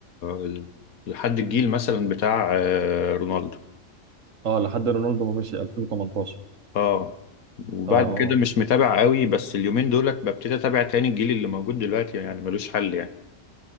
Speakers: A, on the left (about 85°); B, on the right (about 65°).
A: ال- لحد الجيل مثلا بتاع آه، رونالدو
B: اه لحد رونالدو ما مشي 2018
A: اه وبعد
B: اه
A: كده مش متابع قوي بس اليومين دولت ببتدي اتابع تاني الجيل اللي موجود دلوقتي يعني ملوش حل يعني